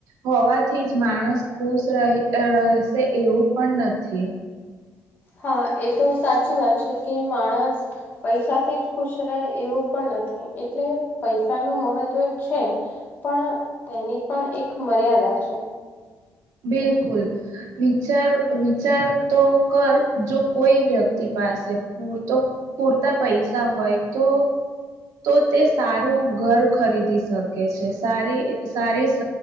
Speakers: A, on the right; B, on the left.
A: હોવાથી જ માણસ ખુશ રહે રહેશે એવું પણ નથી.
B: હા એ તો સાચી વાત છે કે માણસ પૈસાથી જ ખુશ રહે એવું પણ નથી એટલે પૈસાનું મહત્ત્વ છે પણ તેની પણ એક મર્યાદા છે
A: બિલકુલ વિચાર વિચાર તો કર જો કોઈ વ્યક્તિ પાસે પૂરતો પૂરતા પૈસા હોય તો તો તે સારું ઘર ખરીદી શકે છે, સારી સારી સ